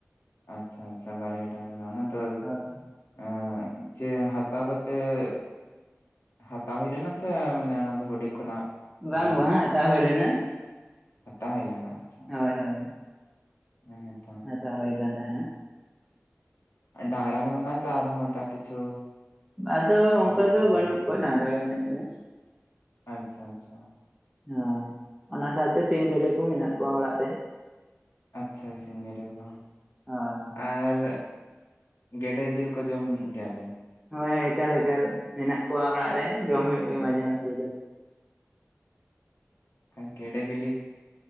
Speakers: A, on the left; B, in the centre.
A: ᱟᱪᱪᱷᱟ ᱟᱪᱪᱷᱟ ᱵᱟᱨᱭᱟ ᱰᱟᱝᱨᱟ ᱚᱱᱟ ᱫᱚᱼᱼ
B: ᱦᱳᱭ
A: ᱮ ᱪᱮ ᱦᱟᱛᱟᱣ ᱠᱟᱛᱮᱜᱼᱼ ᱦᱟᱛᱟᱣ ᱦᱩᱭ ᱞᱮᱱᱟ ᱥᱮ ᱢᱟᱱᱮ ᱚᱱᱟ ᱫᱚ ᱦᱩᱰᱤᱝ ᱠᱷᱚᱱᱟᱜ ᱦᱟᱨᱟ
B: ᱵᱟᱝ ᱵᱟᱝ
A: ᱦᱩᱭᱩᱜ
B: ᱦᱟᱛᱟᱣ ᱦᱩᱭ ᱞᱮᱱᱟ
A: ᱦᱟᱛᱟᱣ ᱦᱩᱭ ᱞᱮᱱᱟ ᱟᱪᱪᱷᱟ
B: ᱦᱳᱭ ᱦᱳᱭ
A: <unintelligible>
B: ᱦᱟᱛᱟᱣ ᱦᱩᱭ ᱟᱠᱟᱱ ᱛᱟᱦᱮᱱᱟ
A: ᱟ ᱰᱟᱝᱨᱟ ᱠᱚ ᱢᱮᱱᱟᱜ ᱟᱛᱚ ᱟᱨᱦᱚᱸ ᱮᱴᱟᱜ ᱠᱤᱪᱷᱩ
B: ᱟᱫᱚ ᱚᱱᱠᱟ
A: ᱢᱮᱱᱟᱜ
B: ᱫᱚ
A: ᱠᱚᱜᱮᱭᱟ
B: ᱵᱟᱹᱱᱩᱜ
A: ᱠᱚ
B: ᱠᱚᱣᱟ ᱰᱟᱝᱨᱟ ᱜᱮ ᱢᱮᱱᱟᱜ ᱠᱤᱱᱟ
A: ᱟᱪᱪᱷᱟ ᱟᱪᱪᱷᱟ
B: ᱦᱳᱭ ᱚᱱᱟ ᱥᱟᱶ ᱛᱮ ᱥᱤᱢ ᱜᱮᱰᱮ ᱠᱚ ᱢᱮᱱᱟᱜ ᱠᱚᱣᱟ ᱚᱲᱟᱜ ᱨᱮᱼᱼ
A: ᱟᱪᱪᱷᱟ ᱟᱪᱪᱷᱟ ᱥᱤᱢ ᱜᱮᱰᱮ ᱠᱚ,
B: <unintelligible>
A: ᱟᱨ ᱜᱮᱰᱮ ᱡᱮᱞ ᱠᱚ ᱡᱚᱢ ᱜᱮᱭᱟ ᱵᱮᱱ
B: ᱦᱳᱭ ᱦᱳᱭ ᱮᱠᱟᱞ ᱮᱠᱟᱞ ᱢᱮᱱᱟᱜ ᱠᱚᱣᱟ ᱚᱲᱟᱜ ᱨᱮ ᱡᱚᱢ ᱦᱳᱭᱳᱜ ᱜᱮᱭᱟ ᱢᱟᱡᱷᱮ ᱢᱟᱡᱷᱮ ᱫᱚ
A: ᱟᱨ ᱜᱮᱰᱮ ᱵᱤᱞᱤ